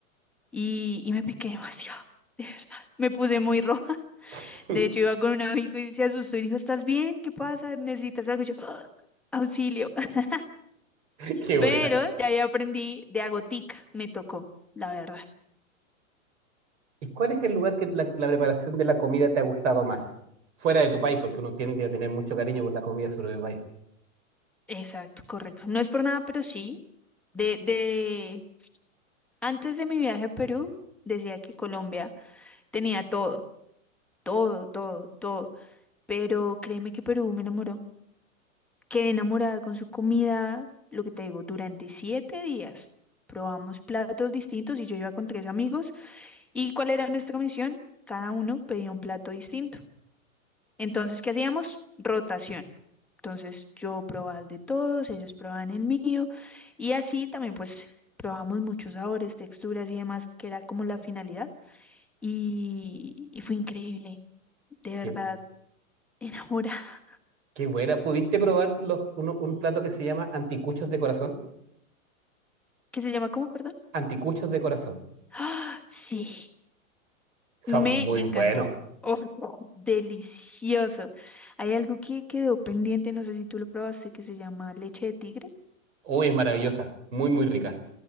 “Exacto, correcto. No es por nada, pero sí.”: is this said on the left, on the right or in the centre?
Centre